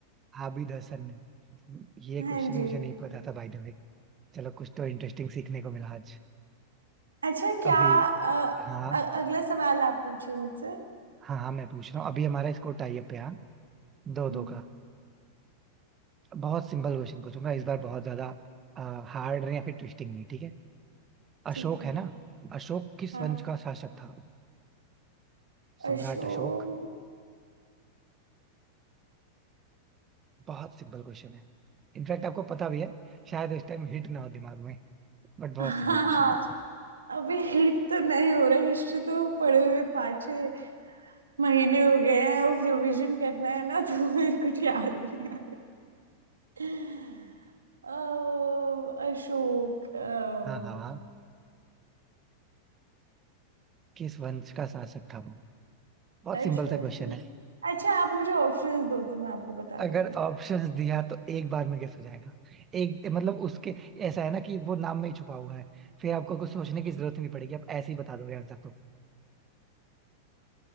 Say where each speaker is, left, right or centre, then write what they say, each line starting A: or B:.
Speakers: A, on the right; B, on the right.
A: Abid Hasan ने ये
B: हाँ
A: क्वेश्चन
B: जी
A: मुझे नहीं पता था बाय द वे चलो कुछ तो इंटरेस्टिंग सीखने को मिला आज
B: अच्छा क्या
A: अभी
B: अ,
A: हाँ
B: अ- अगला सवाल आप पूछिए मुझसे
A: हाँ हाँ मैं पूछ रहा हूँ अभी हमारा स्कोर टाई अप है हाँ दो दो
B: हम्म,
A: का बहुत सिंपल क्वेश्चन पूछूंगा इस बार बहुत ज्यादा हार्ड या फिर ट्विस्टिंग नहीं ठीक है अशोक
B: ठीक है
A: है ना अशोक किस
B: हाँ
A: वंश का शासक था सम्राट
B: अशोक
A: अशोक बहुत सिंपल क्वेश्चन है इनफैक्ट आपको पता भी है शायद उस टाइम हिट ना हो दिमाग में बट बहुत
B: हाँ
A: सिंपल क्वेश्चन है
B: अभी हिट तो नहीं हो रहा हिस्ट्री तो पढ़े हुए पाँच छः महीने हो गए हैं और रिवीजन करना है ना तो मेरे कुछ याद नहीं आ रहा अ, अशोक अम,
A: हाँ हाँ किस वंश का शासक था वो बहुत
B: अशोक
A: सिंपल सा क्वेश्चन है
B: अच्छा आप मुझे ऑप्शंस दो तो मैं आपको बता
A: अगर
B: दूंगी
A: ऑप्शंस दिया तो एक बार में गेस हो जाएगा एक मतलब उसके ऐसा है ना कि वो नाम में ही छुपा हुआ है फिर आपको कुछ सोचने की जरूरत ही नहीं पड़ेगी आप ऐसे ही बता दोगे आंसर तो